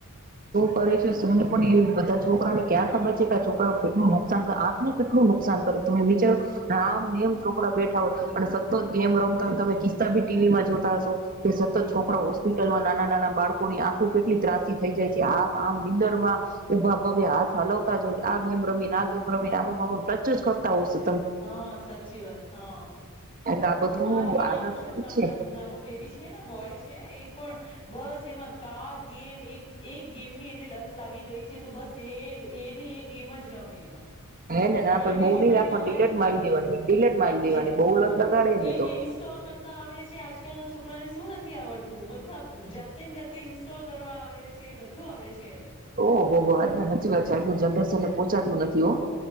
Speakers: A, on the right (about 40°); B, on the left (about 25°).
A: કર છેને પણ એ બધા છોકરાને ક્યાં ખાબચ છેે કે આ છોકરાઓને કેટલું નુકસાન કરે આંખને કેટલું નુકસાન કરે તમે વિચારો રામનેમ છોકરા બેઠા હોય અને સતત ગેમ રમતા હોય તમે બી ટીવી માં જોતા હશો કે સતત છોકરા હોસ્પિટલમાં નાના નાના બાળકો ની આંખું કેટલી ત્રાસી થઈ જાય છે આખ આમ નીંદર માં ઉભા પગે હાથ હલાવતા જો આ ગેમ રમીને આ ગેમ રમીને આમ આમ ટચ જ કરતા હોયશે
B: હા સાચી વાત હા
A: એટલે આ બધું
B: મારે બી
A: આદત
B: નાનો,
A: સારી છે
B: નાનો બેબી છે ને બોય છે પણ બસ એમાં કાર ગેમ એક એક ગેમની એને લત લાગી ગઈ છે તો બસ એ એની એ ગેમ જ રમે એમાં
A: હે ને ના પહી
B: એને બીજું
A: બહુ નઈ
B: કઈ
A: રાખવાની
B: જોવાતું
A: ડિલેટ
B: જ
A: મારી
B: નથી
A: દેવાની
B: એને
A: ડિલેટ મારી દેવાની
B: જી
A: બહુ લત લગાડે ને
B: એને
A: તો
B: ઇન્સ્ટોલ કરતા આવડે છે આજકાલ ના છોકરાને શું નથી નથી આવડતું બધું જાતે જતે ોલ કરવા આવડે છે બધું આવડે છે એને
A: ઓહ હો એને સાચી વાત છે આનું જનરેશન ને પોહોંચાતું નથી હો